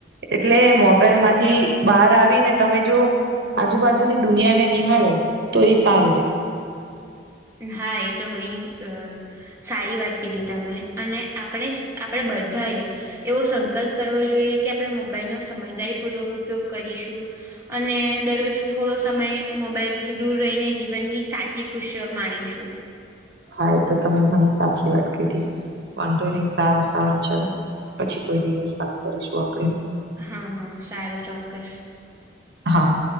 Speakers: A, on the right; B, on the right.
A: એટલે મોબાઈલમાંથી બહાર આવીને તમે જોવો આજુબાજુની દુનિયાને નિહાળો તોએ સારું રે.
B: હા એતો ઘણી સારી વાત કીધી તમે અને આપણે આપણે બધાએ એવો સંકલ્પ કરવો જોઈએ કે આપણે મોબાઈલનો સમજદારી પૂર્વક ઉપયોગ કરીશું‌ અને દરરોજ થોડો સમય મોબાઈલથી દૂર રહીને જીવનની સાચી ખુશી દ માણીશું.
A: હા એતો તમે ઘણી સાચી વાત કીધી. વાંધો નહીં સારું સારું ચાલ, પછી કોઈ દિવસ વાત કરીશું આપડે.
B: હા, હા સારું ચોક્કસ.
A: હા.